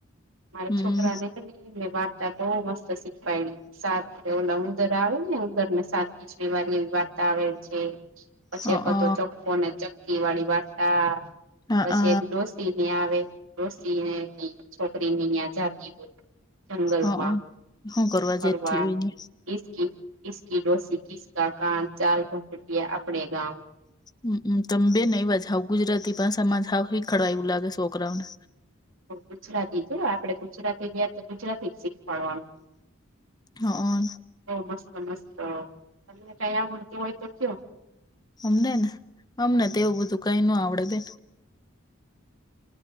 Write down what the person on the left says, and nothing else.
હમ
અ,
અ,
અ,
અ,
અ, અ, હું કરવા
જતી હોય ને.
હ તમ બે ને એવા જાવ ગુજરાતી ભાામાં જ હ ખડવા એવું લાગે છોકરાઓને
<inaudible>
અમને ને અમને તેવું બધું કઈ ન આવડે બે